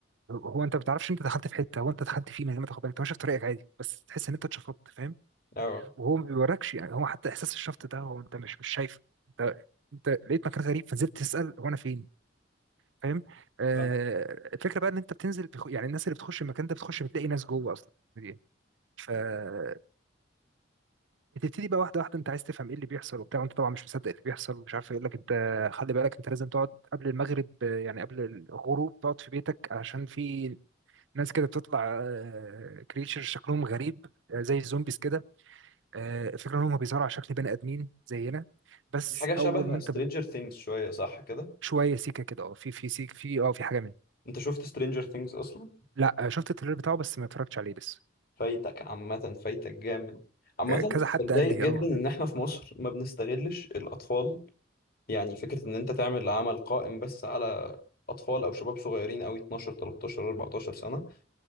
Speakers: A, on the right; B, on the left.
A: هو انت ما بتعرفش انت دخلت في حته هو انت دخلت فيه من غير ما تاخد بالك انت ماشي في طريقك عادي بس تحس ان انت اتشفطت فاهم
B: اه
A: وهو ما بيوركش يعني هو حتى احساس الشفط ده هو انت مش مش شايفه انت انت لقيت مكان غريب فنزلت تسال هو انا فين فاهم آه
B: فاهم
A: الفكره بقى ان انت بتنزل بخ... يعني الناس اللي بتخش المكان ده بتخش بتلاقي ناس جوه اصلا موجودين. فبتبتدي بقى واحده واحده انت عايز تفهم ايه اللي بيحصل وبتاع وانت طبعا مش مصدق اللي بيحصل ومش عارف ايه. يقول لك انت خلي بالك انت لازم تقعد قبل المغرب آه، يعني قبل الغروب تقعد في بيتك عشان في ناس كده بتطلع كريتشر شكلهم غريب آه، زي الزومبيز كده آه، الفكره ان هم بيظهروا على شكل بني ادمين زينا بس
B: دي حاجه شبه
A: اول ما انت
B: سترينجر
A: بت...
B: ثينجز شويه صح كده
A: شويه سيكه كده اه في في سيك في اه في حاجه منه
B: انت شفت سترينجر ثينجز اصلا
A: لا آه، شفت التريلر بتاعه بس ما اتفرجتش عليه لسه
B: فايتك عامه فايتك جامد عامه
A: آه، كذا حد
B: بتضايق
A: قال لي
B: جدا
A: اه
B: ان احنا في مصر ما بنستغلش الاطفال يعني فكره ان انت تعمل عمل قائم بس على اطفال او شباب صغيرين قوي 12 13 14 سنه